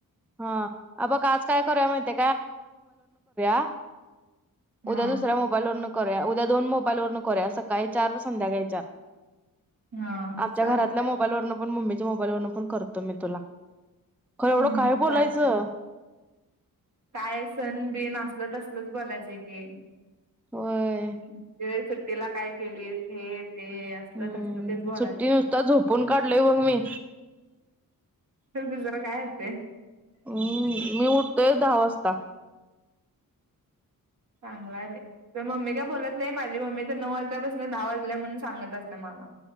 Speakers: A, in the centre; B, on the right.
A: आं -आ बघ आज काय मोबाईल वरून करूया. करावं म्हणते का <unintelligible>
B: हा
A: उद्या दुसऱ्या मोबाईलवरन - करूया, उद्या दोन मोबाईल वरून करूया, सकाळी चार आनी संध्याकाळी चार.
B: हा
A: आमच्या
B: चालतय
A: घरातल्या मोबाईलवरन पण ममी <unintelligible> मोबाईल वरन पण करतो मी तुला. थोडं
B: हम्म
A: - काय बोलायचं?
B: चालतय काय सण बिन असल त- मीच बोलायचंय ते -
A: होय
B: म्हणजे सुट्टीला काय केलीस, हे ते असलं,
A: हम्म
B: तसलं तेच बोलायचं
A: सुट्टी
B: हाय.
A: नुसता झोपून काढलोय बघ मी
B: तुला दुसरं काय येतंय?
A: अं मी उठतोय, दहा वाजता.
B: चांगलं हाय बाई. तुझी मम्मी काय बोलत नाही, माझी मम्मी तर नऊ वाजल्यापासनं दहा वाजल्या म्हणून सांगत असत्या मला.